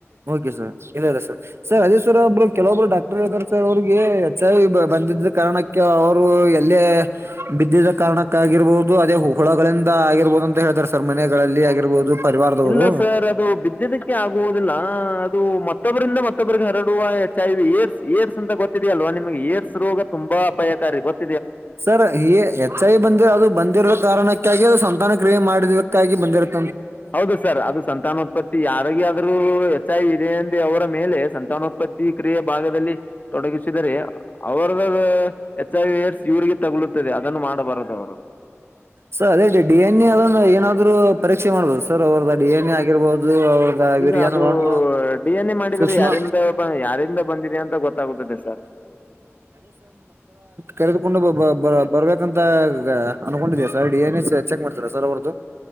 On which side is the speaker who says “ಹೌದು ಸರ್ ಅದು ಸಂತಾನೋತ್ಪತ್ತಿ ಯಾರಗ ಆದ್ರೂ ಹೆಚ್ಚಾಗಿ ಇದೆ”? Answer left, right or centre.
Left